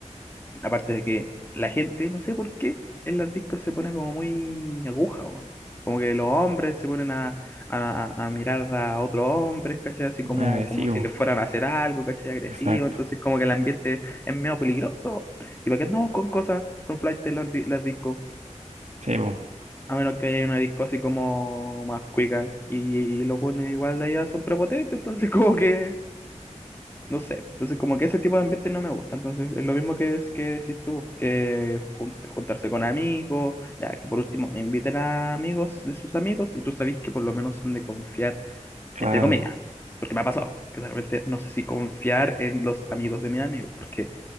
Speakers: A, on the left (about 15°); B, on the right (about 65°).
A: Aparte de que la gente, no sé por qué, en las discos se pone como muy aguja, weón. Como que los hombres se ponen a, a- a- a mirar a otros hombres, ¿cachai? Así
B: Me
A: como,
B: agresivo,
A: como si les fueran a hacer algo, ¿cachai? Agresivo.
B: exacto.
A: Entonces como que el ambiente es medio peligroso. ¿Y para qué andamos con cosas, con flight las, di- las discos?
B: Sí, po,
A: A menos que haya una disco así como más cuica. Y, y los buenos igual de allá son prepotentes, entonces <laughs> como que no sé, entonces como que ese tipo de ambiente no me gusta, entonces es lo mismo que, es- que decís tú, que jun- juntarse con amigos, ya que por último inviten a amigos de sus amigos y tú sabés que por lo menos son de confiar,
B: claro.
A: entre comillas, porque me ha pasado, que de repente no sé si confiar en los amigos de mi amigo, porque